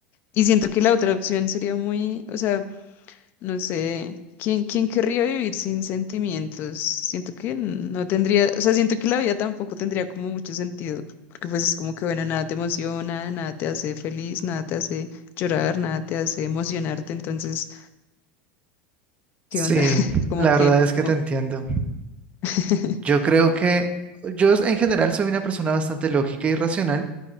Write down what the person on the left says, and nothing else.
y siento que la otra opción sería muy, o sea, no sé, ¿quién, quién querría vivir sin sentimientos? Siento que no tendría, o sea, siento que la vida tampoco tendría como mucho sentido, porque pues es como que, bueno, nada te emociona, nada te hace feliz, nada te hace llorar, nada te hace emocionarte, entonces,
¿qué onda? <laughs> Como
que,
como...
<laughs>